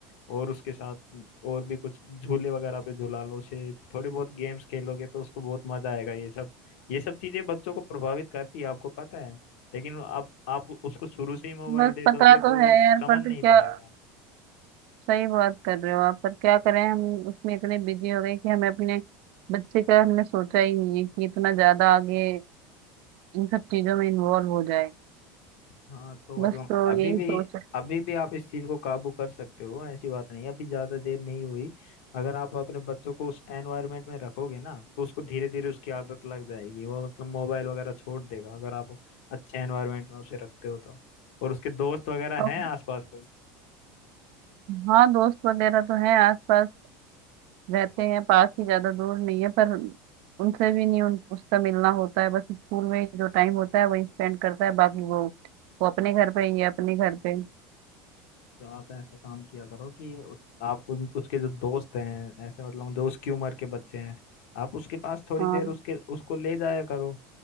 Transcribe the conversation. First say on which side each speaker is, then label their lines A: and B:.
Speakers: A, on the left; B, on the right.
A: और उसके साथ और भी कुछ झूले वगैरह पे झूला लो उसे थोड़े बहुत गेम्स खेलोगे तो उसको बहुत मजा आएगा ये सब ये सब चीजें बच्चों को प्रभावित करती है आपको पता है लेकिन आप आप उसको शुरू से ही मोबाइल
B: बस
A: दे
B: पता
A: दोगे तो
B: तो
A: वो
B: है यार
A: समझ
B: पर
A: नहीं
B: तो क्या
A: पाएगा
B: सही बात कर रहे हो आप पर क्या करें हम उसमें इतने बिजी हो गए कि हमें अपने बच्चे का हमने सोचा ही नहीं है कि इतना ज्यादा आगे इन सब चीजों में इन्वॉल्व हो जाए
A: हाँ तो मतलब
B: बस तो
A: अभी
B: यही
A: भी
B: सोच है
A: अभी भी आप इस चीज को काबू कर सकते हो ऐसी बात नहीं है अभी ज्यादा देर नहीं हुई अगर आप अपने बच्चों को उस एनवायरनमेंट में रखोगे ना तो उसको धीरे धीरे उसकी आदत लग जाएगी वो मतलब मोबाइल वगैरह छोड़ देगा अगर आप अच्छे एनवायरनमेंट में उसे रखते हो तो और उसके दोस्त वगैरह
B: और
A: हैं आसपास कोई
B: हाँ दोस्त वगैरह तो हैं आसपास रहते हैं पास ही ज्यादा दूर नहीं है पर उनसे भी नहीं उन, उसका मिलना होता है बस स्कूल में ही जो टाइम होता है वही स्पेंड करता है बाकी वो वो अपने घर पे ये अपने घर पे
A: तो आप ऐसा काम किया करो कि उस- आप उन- उसके जो दोस्त हैं ऐसे मतलब जो उसकी उम्र के बच्चे हैं आप उसके पास थोड़ी
B: हाँ
A: देर उसके उसको ले जाया करो